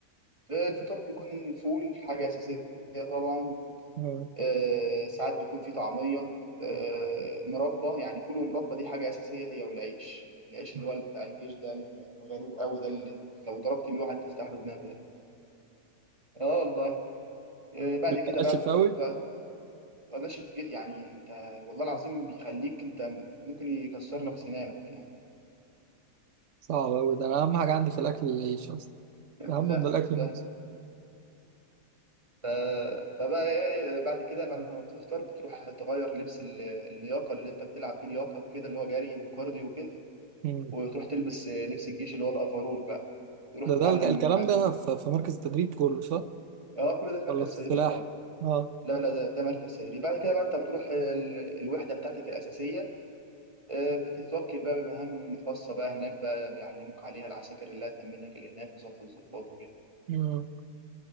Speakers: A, on the right; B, on the right.
A: آه، الفطار بيكون فول حاجه اساسيه طبعا
B: آه.
A: آه، ساعات بيكون في طعمية آه، مربى يعني فول ومربى دي حاجة أساسية هي والعيش العيش اللي
B: آه.
A: هو بتاع الجيش ده الغريب قوي ده اللي لو ضربت بيه واحد تفتح له دماغه ده اه والله آه، بعد
B: بلاش
A: كده بقى
B: شفاوي
A: بتروح بقى بلاش تج- يعني انت والله العظيم بيخليك انت ممكن يكسر لك سنانك يعني
B: صعب أوي ده أنا أهم حاجة عندي في الأكل العيش أصلا أهم
A: لا
B: من الأكل
A: ده
B: نفسه
A: ف... فبقى ايه إيه، بعد كده بعد ما بتفطر بتروح تغير لبس ال- اللياقه اللي انت بتلعب بيه لياقه وكده اللي هو جري وكارديو وكده
B: مم.
A: وتروح تلبس آه، لبس الجيش اللي هو الافرول بقى تروح
B: ده
A: تتعلم
B: ده الك- الكلام
A: حاجه
B: ده في في مركز التدريب كله صح؟
A: اه كل ده في
B: ولا
A: مركز
B: في السلاح؟
A: تدريب اه
B: أه
A: لا لا ده, ده مركز تدريب بعد كده بقى انت بتروح ال- الوحده بتاعتك الاساسيه آه، بتتوكل بقى بمهام خاصه بقى هناك بقى بيعلموك عليها العساكر اللي هتأمنك اللي هناك وصف الضباط وكده
B: مم.